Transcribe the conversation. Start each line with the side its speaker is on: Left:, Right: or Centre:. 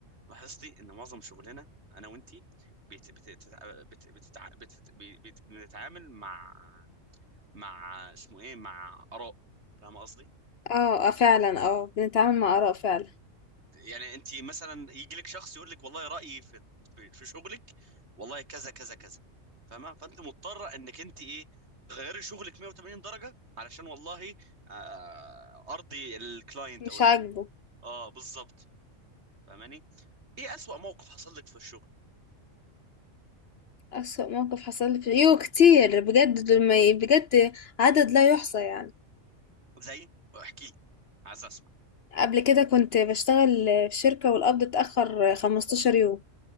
Right: لاحظتي ان معظم شغلنا انا وانتي بت... بت... بتتع- بت... بتتع... بت... بت... بنتعامل مع مع اسمه ايه مع اراء فاهم قصدي
Left: اه آه، فعلا اه بنتعامل مع اراء فعلا
Right: يعني انت مثلا يجي لك شخص يقول لك والله رايي في في في شغلك والله كذا كذا كذا فاهمه فانت مضطره انك انت ايه تغيري شغلك 180 درجه علشان والله آه ارضي الكلاينت
Left: مش
Right: او ال...
Left: عاجبه
Right: اه بالظبط فاهماني ايه اسوأ موقف حصل لك في الشغل
Left: اسوأ موقف حصل لي في يو كتير بجد دول ما ي- بجد عدد لا يحصى يعني
Right: زي احكي لي عايز اسمع
Left: قبل كده كنت بشتغل في شركه والقبض اتاخر 15 يوم